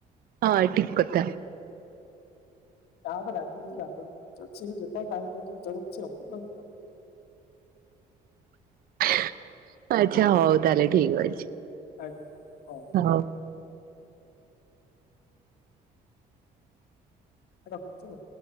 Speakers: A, on the right (about 60°); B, on the left (about 75°).
A: ହଁ ଠିକ୍ କଥା।
B: ତାରେ ରାଗି କିଛି ଲାଭ ବି ନାଇଁ ଛି ଯେତେଳେ ଟାଇମ୍ <unintelligible>
A: <unintelligible> ଆଚ୍ଛା ହଉ ତାହେଲେ ଠିକ ଅଛି।
B: ଆଜ୍ଞା ହଁ।
A: ହଉ।
B: ରଖନ୍ତୁ।